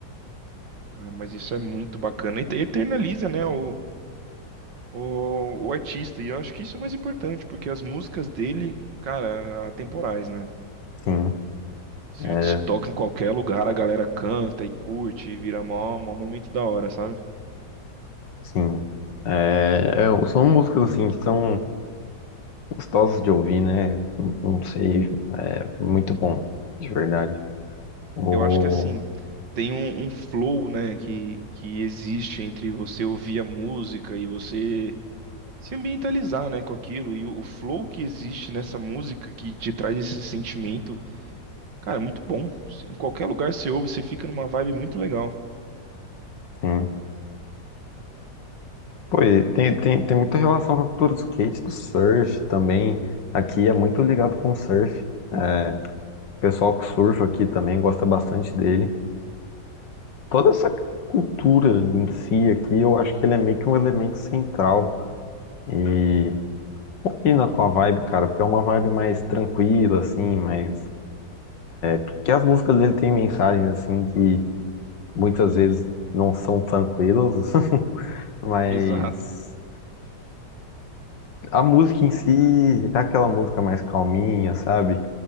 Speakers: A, on the right; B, on the left.
A: Cara, mas isso é muito bacana. E te- eternaliza, né, o, o, o artista. E eu acho que isso é o mais importante, porque as músicas dele, cara, atemporais, né?
B: Sim,
A: Se,
B: é,
A: se toca em qualquer lugar, a galera canta e curte e vira mó, mó momento da hora, sabe?
B: sim. É, é, são músicas assim que são Gostosos de ouvir, né? Não não sei, é muito bom, de verdade. O...
A: Eu acho que assim, tem um, um flow, né, que, que existe entre você ouvir a música e você se ambientalizar, né, com aquilo. E o, o flow que existe nessa música que te traz esse sentimento, cara, é muito bom. Em qualquer lugar você ouve, você fica numa vibe muito legal.
B: Sim. Pô, e tem, tem, tem muita relação com a cultura do skate, do surf também. Aqui é muito ligado com o surf. É, o pessoal que surfa aqui também gosta bastante dele. Toda essa cultura em si aqui, eu acho que ele é meio que um elemento central. E combina com a vibe, cara, porque é uma vibe mais tranquila, assim, mas. Porque as músicas dele têm mensagens, assim, que. muitas vezes não são tranquilos, <laughs> mas
A: Exato.
B: a música em si é aquela música mais calminha, sabe?